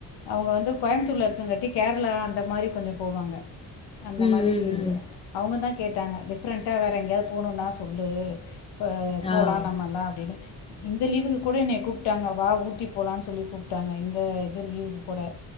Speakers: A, on the left; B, on the left.
A: அவங்க வந்து கோயம்த்தூர்ல இருக்குங்க ட்டி கேரளா அந்த மாரி கொஞ்சோ போவாங்க அந்த
B: ம்,
A: மாரி
B: ம், ம்.
A: அவங்கதா கேட்டாங்க டிஃப்ரெண்டா வேற எங்கேயாவது போனுன்னா சொல்லு இப்போ போகலா
B: ஆ.
A: நம்மலா அப்டின்னு இந்த லீவுக்கு கூட என்ன கூப்பிட்டாங்க வா உட் டி போலான்னு சொல்லி கூப்ட்டாங்க இந்த இது லீவுக்கு கூட